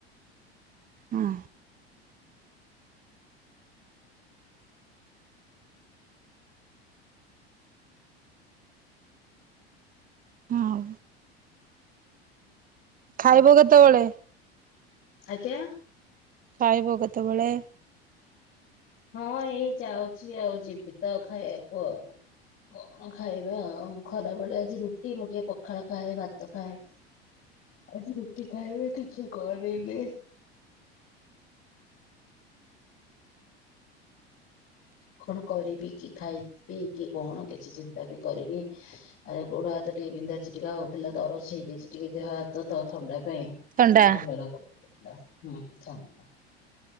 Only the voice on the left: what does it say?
ହଁ
କଣ ଆଜ୍ଞା।
ହଁ, ଏଇ ଯାଉଛି ଆଉ ଯିବି ତ ଖାଇବାକୁ ଆଉ। କଣ ଖାଇବା ଆଉ ଖରା ବେଳେ ଆଜି ରୁଟି। ମୁଁ ଟିକେ ପଖାଳ ଖାଏ ଭାତ ଖାଏ। ଆଜି ରୁଟି ଖାଇବେ କିଛି କରିନି। କଣ କରିବି କି ଖାଇବି କି କଣ, କିଛି ଚିନ୍ତା ବି କରିନି। ଆଜ୍ଞା ଗୋଡ ହାତ ଟିକେ ବିନ୍ଧା ଛିଟିକା ହଉଥିଲା, ଦରଜ ହେଇଯାଇଛି ଟିକେ ଦେହ ହାତ ତ ଥଣ୍ଡା ପାଇଁ।
ଭଲ ଲାଗୁନି ହୁଁ ଥଣ୍ଡା